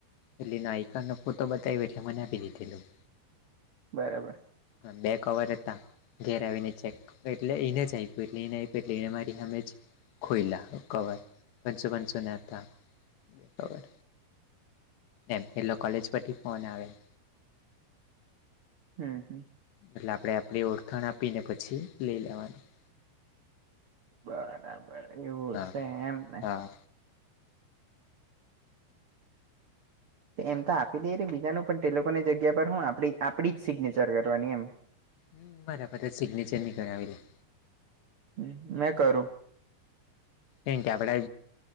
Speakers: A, on the left (about 75°); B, on the right (about 70°).
A: એટલે એનો આઈકાર્ડનો ફોટો બતાવ્યો એટલે મને આપી દીધેલું.
B: બરાબર
A: અન બે કવર હતા ઘેર આવીને ચેક એટલે એને જ આય પી એટલે એને આયપી એને મારી હામેજ ખોઈલા કવર પાંચસો પાંચસો ના હતા. બે કવર એમ એલો કોલેજ પરથી ફોન આવ્યો.
B: હમ હમ
A: એટલે આપણે આપણી ઓળખાણ આપીને પછી લઈ લેવાનું.
B: બરાબર એવું
A: હા
B: સે એમને?
A: હા
B: તે એમ તો આપી દેરી બીજાનું પણ તે લોકોની જગ્યા પર હું આપણી આપડી જ સિગ્નેચર કરવાની એમ.
A: હમ બરાબર સિગ્નેચર ની કરાવેલી.
B: હમ લાય કરું.
A: કેમ કે આપડા